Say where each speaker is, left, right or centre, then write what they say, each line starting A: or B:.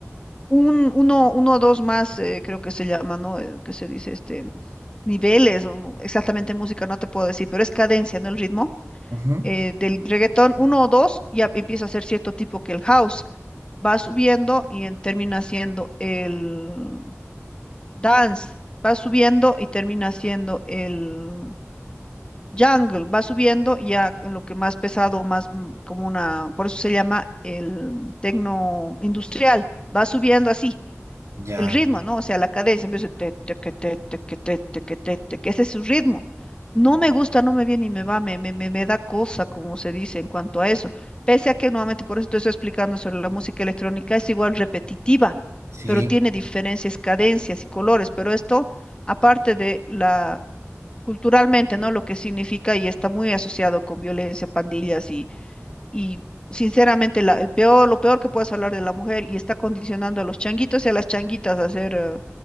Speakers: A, on the left; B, on the right.
A: un, uno, uno o dos más, eh, creo que se llama, ¿no? Eh, que se dice este niveles, o no- exactamente en música no te puedo decir, pero es cadencia, ¿no? El ritmo.
B: ujú,
A: eh, del reggaetón, uno o dos, ya empieza a ser cierto tipo que el house va subiendo y en- termina siendo el dance, va subiendo y termina siendo el jungle, va subiendo y ya en lo que más pesado, más mm, como una, por eso se llama el mm, tecno industrial, va subiendo así
B: ya,
A: el ritmo, ¿no? O sea, la cadencia empieza te, te, que, te, te, que, te, te, que, te, te, que ese es su ritmo. No me gusta, no me viene y me va, me, me, me, me da cosa, como se dice en cuanto a eso. Pese a que nuevamente, por eso te estoy explicando sobre la música electrónica, es igual repetitiva,
B: sí,
A: pero tiene diferencias, cadencias y colores, pero esto, aparte de la culturalmente, ¿no? Lo que significa y está muy asociado con violencia, pandillas y y sinceramente, la- el peor, lo peor que puedes hablar de la mujer y está condicionando a los changuitos y a las changuitas a hacer, eh,